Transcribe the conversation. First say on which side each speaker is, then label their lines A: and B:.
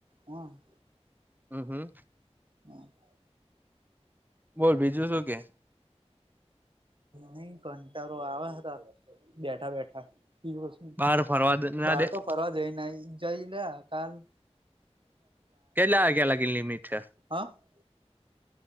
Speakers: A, on the right; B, on the right.
A: આં
B: હં, હં
A: હા <unintelligible>
B: બોલ બીજું શું કે
A: નહી કંટારો આવે હતા બેઠા બેઠા <inaudible>
B: બહાર ફરવા
A: -
B: ના
A: બહાર
B: દે
A: તો ફરવા <inaudible> જઈ આઈ જઈ ને હાલ <inaudible>
B: કેટલા વાગ્યા લગી લિમિટ છે
A: <unintelligible>